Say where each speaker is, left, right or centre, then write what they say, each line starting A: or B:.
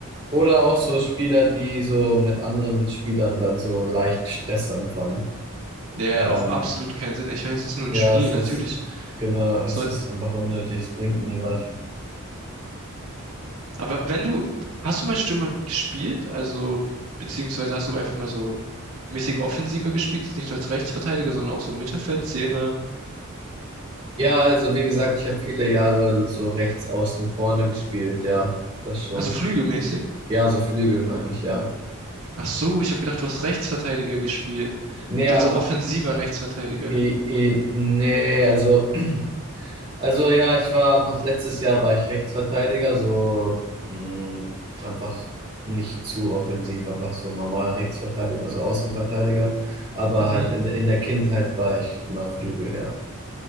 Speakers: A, on the right; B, on the right.
A: Oder auch so Spieler, die so mit anderen Spielern dann so leicht Stress anfangen.
B: Ja,
A: Ähm,
B: auch absolut keinen Sinn. Ich meine, es ist nur
A: ja,
B: ein Spiel.
A: es
B: Natürlich
A: ist, genau, es
B: sollten.
A: ist einfach unnötig, es bringt nie was.
B: Aber wenn du, hast du mal Stürmer gespielt? Also, beziehungsweise hast du einfach mal so mäßig offensiver gespielt? Jetzt nicht nur als Rechtsverteidiger, sondern auch so Mittelfeld, Zehner,
A: Ja, also wie gesagt, ich habe viele Jahre so rechts außen vorne gespielt, ja, das schon.
B: also flügelmäßig?
A: Ja, so Flügel meine ich, ja.
B: Ach so, ich habe gedacht, du hast Rechtsverteidiger gespielt.
A: Nee,
B: Und
A: am,
B: dann so offensiver
A: äh,
B: Rechtsverteidiger.
A: eh, eh, nee, also, <clears throat> also ja, ich war einfach letztes Jahr war ich Rechtsverteidiger, so mh, einfach nicht zu offensiv, einfach so normal Rechtsverteidiger, also Außenverteidiger, aber
B: Mhm,
A: halt in, in der Kindheit war ich immer Flügel, ja.